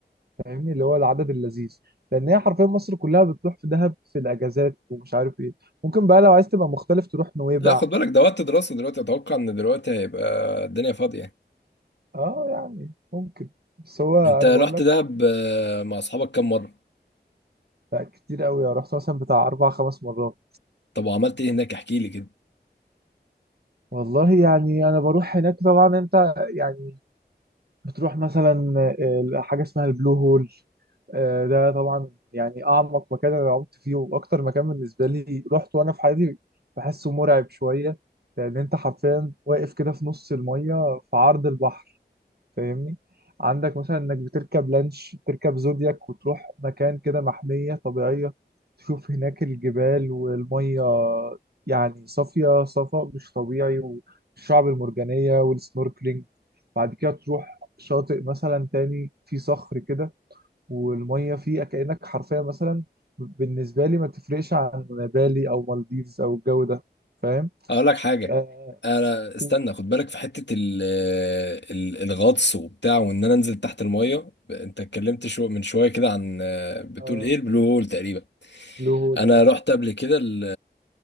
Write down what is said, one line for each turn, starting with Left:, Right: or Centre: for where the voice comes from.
Right: فاهمني اللي هو العدد اللذيذ لان هي حرفيا مصر كلها بتروح في دهب في الاجازات ومش عارف ايه ممكن بقى لو عايز تبقى مختلف تروح نويبع
Left: لا خد بالك ده وقت
Right: تروح
Left: دراسة
Right: راس شيطان
Left: دلوقتي اتوقع ان دلوقتي هيبقى الدنيا فاضية
Right: اه يعني ممكن بس هو
Left: انت
Right: انا
Left: رحت
Right: بقول لك
Left: دهب آه، مع اصحابك كام مرة
Right: لا كتير قوي أنا رحت مثلا بتاع اربع خمس مرات
Left: طب وعملت ايه هناك احكي لي كده
Right: والله يعني انا بروح هناك طبعا انت يعني بتروح مثلا آه، حاجه اسمها البلو هول آه، ده طبعا يعني اعمق مكان انا عمت فيه واكتر مكان بالنسبه لي رحت وانا في حياتي بحسه مرعب شويه لان انت حرفيا واقف كده في نص الميه في عرض البحر فاهمني عندك مثلا انك بتركب لانش بتركب زودياك وتروح مكان كده محمية طبيعية تشوف هناك الجبال والمية يعني صافية صفاء مش طبيعي والشعب المرجانية والسنوركلينج بعد كده تروح شاطئ مثلا تاني فيه صخر كده والمية فيه كأنك حرفيا مثلا بالنسبة لي ما تفرقش عن بالي أو مالديفز أو الجو ده فاهم؟
Left: اقول لك حاجه
Right: آه
Left: انا استنى
Right: و-
Left: خد بالك في حته ال ال الغطس وبتاع وان انا انزل تحت الميه انت اتكلمت شو من شويه كده عن بتقول
Right: آه
Left: ايه البلو هول تقريبا
Right: بلو هول
Left: انا
Right: آه.
Left: رحت قبل كده ال-